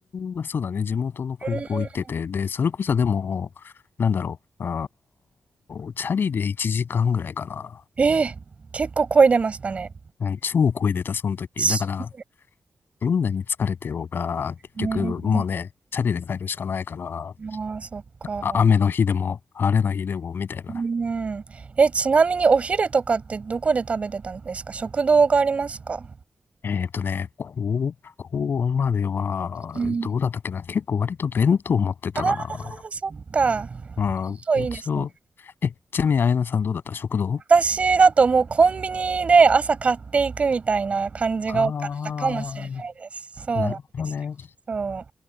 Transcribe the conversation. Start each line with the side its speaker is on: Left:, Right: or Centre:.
Left: はそうだね、地元の高校行ってて、
Right: うーん。
Left: で、それこそでも、なんだろう、あーチャリで1時間ぐらいかな。
Right: ええ結構漕いでましたね。
Left: うん超声出た、その時。
Right: そ
Left: だから、どんなに疲れてようが、結局、
Right: うね。
Left: もうね、チャリで帰るしかないから、
Right: ああ、そっか。
Left: あ雨の日でも、晴れの日でも、みたいな。
Right: うん。え、ちなみにお昼とかってどこで食べてたんですか食堂がありますか
Left: えっとね、高校までは、
Right: うん。
Left: どうだったっけな結構割と弁当持ってたかな。
Right: ああ、そっか。
Left: うん、
Right: そういいですね。
Left: 一応。え、ちなみに、あやなさんどうだった食堂
Right: 私だともうコンビニで朝買っていくみたいな感じが多かったかもしれないです。
Left: あー、
Right: そうなんですよ。
Left: なるほどね。
Right: そう。